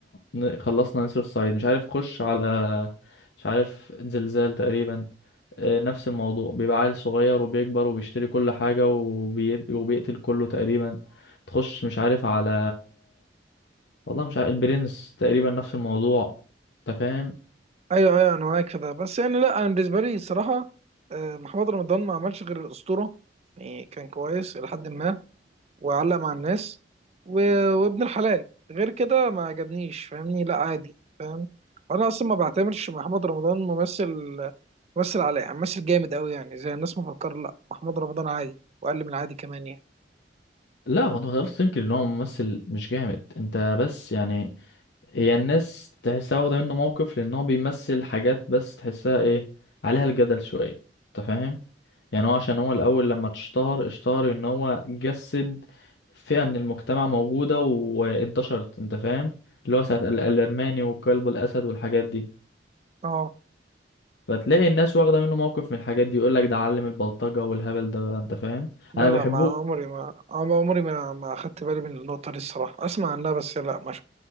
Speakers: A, on the left; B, on the right.
A: ن- خلصنا نسر الصعيد مش عارف خش على مش عارف زلزال تقريبا آه، نفس الموضوع بيبقى عيل صغير وبيكبر وبيشتري كل حاجة وبي... وبيقتل كله تقريبا تخش مش عارف على والله مش عارف البرنس تقريبا نفس الموضوع انت فاهم
B: ايوه ايوه انا معاك في ده بس يعني لا انا بالنسبه لي الصراحه آه، محمد رمضان ما عملش غير الاسطوره يعني كان كويس الى حد ما وعلق مع الناس و- وابن الحلال غير كده ما عجبنيش فاهمني لا عادي فاهم وانا اصلا ما بعتبرش محمد رمضان ممثل مثل على مثل جامد قوي يعني زي الناس مفكر لا محمد رمضان عادي واقل من عادي كمان يعني
A: لا هو انت ما تقدرش تنكر ان هو ممثل مش جامد انت بس يعني هي الناس تحسها واخده منه موقف لان هو بيمثل حاجات بس تحسها ايه عليها الجدل شويه انت فاهم يعني هو عشان هو الاول لما اتشهر اشتهر ان هو جسد فئه من المجتمع موجوده وانتشرت انت فاهم اللي هو ساعه الالماني وكلب الاسد والحاجات دي
B: اه
A: فتلاقي الناس واخدة منه موقف من الحاجات دي يقول لك ده علم البلطجة والهبل ده بقى انت فاهم
B: لا
A: انا
B: لا
A: بحبوش
B: ما عمري ما عم- عمري ما ما اخدت بالي من النقطة دي الصراحة اسمع عنها بس لا ما شف-